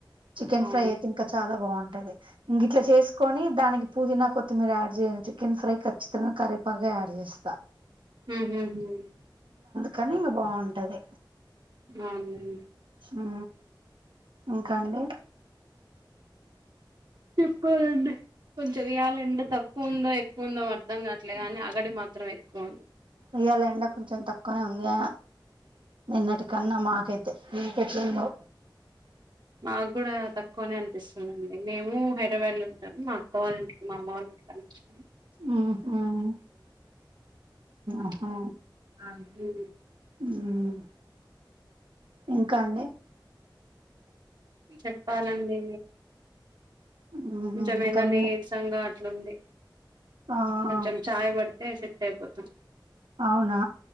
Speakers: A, on the right (about 80°); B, on the right (about 60°).
A: చికెన్
B: అవును
A: ఫ్రై అయితే ఇంకా చాలా బాగుంటది, ఇంక ఇట్లా చేసుకొని దానికి. పుదీనా కొతిమీర యాడ్ చేయను, చికెన్ ఫ్రై ఖచ్చితంగా కరిపాకె, యాడ్ చేస్తా.
B: హు హు ఊమ్.
A: కనీ బాగుంటది.
B: అవును.
A: ఆ ఇంకా అండి.
B: చెప్పాలండి. కొంచెం ఇయ్యాలలెండ తక్కువ ఉందో, ఎక్కువ ఉందో, అర్ధం కావట్లే గాని, అగడు మాత్రం ఎక్కువ ఉంది.
A: ఇయ్యాల ఎండా కొంచెం తక్కువనే ఉందిఅ. నిన్నటి కన్నా మాకైతే మీ కేట్లుందో.
B: మాకు గుడా తక్కువనే అనిపిస్తుందిండి, మేమూ హైదరాబాద్ లో ఉంటాము, మా అక్క వాళ్ళింటికి, మా అమ్మ వాళ్ళంటి.
A: మ్మ్ హ్మ్
B: <unintelligible>
A: ఆహా
B: అగ్గు.
A: మ్మ్ ఇంకా అండి
B: చెప్పాలండి.
A: మ్మ్
B: కొంచం
A: ఇంకా
B: ఎదో
A: మీ
B: నీరసంగా అట్లుంది.
A: ఆ
B: కొంచం చాయ బడతే సెట్ అయిపోతు.
A: అవునా